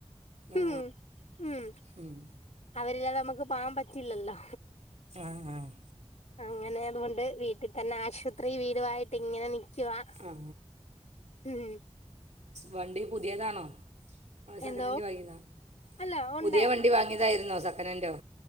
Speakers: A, on the left (about 85°); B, on the right (about 85°).
A: <unintelligible>
B: ആ
A: ഉം ഉം
B: ഉം.
A: അവരില്ലാതെ നമുക്ക് പോകാൻ പറ്റില്ലല്ലോ
B: ആഹ ആഹ്
A: അങ്ങനെ അതുകൊണ്ട് വീട്ടിൽ തന്നെ ആശുപത്രി വീടുമായിട്ട് ഇങ്ങനെ നിക്കുവാ
B: ആ
A: ഉം
B: വണ്ടി പുതിയതാണോ ആ സെക്കൻഡ്
A: എന്തോ
B: ഹാൻഡ് വാങ്ങിയതാ
A: അല്ല ഉണ്ടായിരുന്നു
B: പുതിയ വണ്ടി വാങ്ങിയതായിരുന്നോ സെക്കൻഡ് ഹാൻഡോ